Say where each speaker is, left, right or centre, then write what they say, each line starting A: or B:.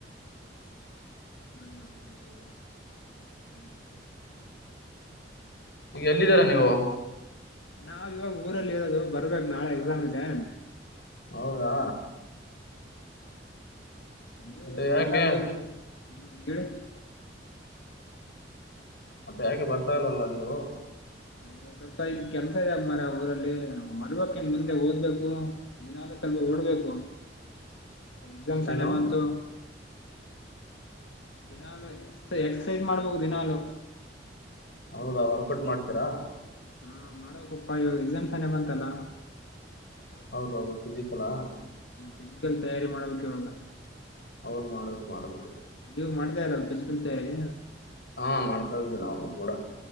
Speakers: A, on the left (about 80°); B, on the left (about 65°).
A: ಕ. <inaudible>
B: ಈಗ ಎಲ್ಲಿದ್ದೀರಾ ನೀವು.
A: ನಾವ್ ಇವಾಗ ಊರಲ್ಲಿ ಇರೋದು ಬರ್ಬೇಕು ನಾಳೆ ಎಕ್ಸಾಮ್ ಇದೆ.
B: ಹೌದಾ.
A: ನೀವು
B: ಮತ್ತೆ
A: ಓದಿ
B: ಯಾಕೆ
A: ಚೆನ್ನಾಗ್ ಓದಿ. ಹ್ಮ್ ಹೇಳಿ.
B: ಮತ್ತೆ ಯಾಕೆ ಬರ್ತಾ ಇಲ್ಲಲ್ಲ ನೀವು.
A: ಇ ಸ್ವಲ್ಪ ಇನ್ ಕೆಲ್ಸ ಇದಾಗ ಮರ ಊರಲ್ಲಿ ಮರ್ಬೇಕಕ್ ಇನ್ ಮುಂದೆ ಓದ್ಬೇಕು ದಿನೂ ಸ್ವಲ್ಪ ಓಡ್ಬೇಕು. ಎಕ್ಸಾಮ್ ಸಾನೆ
B: ಏನು
A: ಬಂತು. ದಿನಾಲೂ ಎಕ್ ಎಕ್ಸಸೈಜ್ ಮಾಡ್ಬು ದಿನಾಲೂ.
B: ಹೌದಾ ವರ್ಕೌಟ್ ಮಾಡ್ತೀರಾ.
A: ಹಾ ಮಾಡಾಗಪ್ಪಾ ಇವಾಗ ಎಕ್ಸಾಮ್ ತಾನೇ ಬಂತಲ್ಲ.
B: ಹೌದೌದು. <unintelligible>
A: <unintelligible> ತಯಾರಿ ಮಾಡ್ಬಾಕ್ ಇವಾಗ.
B: ಹೌದು ಮಾಡುದುದು ಮಾಡಬೇಕು.
A: ನೀವು್ ಮಾಡ್ತಾ ಇರ <unintelligible> ತಯಾರಿ.
B: ಹಾ ಮಾಡ್ತಾ ಇದ್ವಿ ನಾನು ಕೂಡ.